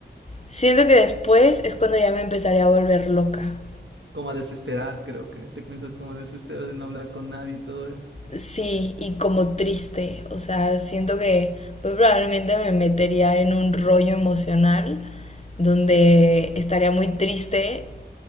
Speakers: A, on the left; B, on the right.
A: siento que después es cuando ya me empezaría a volver loca.
B: como a desesperar, creo que te comienzas como a desesperar de no hablar con nadie y todo eso.
A: Sí, y como triste, o sea, siento que muy probablemente me metería en un rollo emocional donde estaría muy triste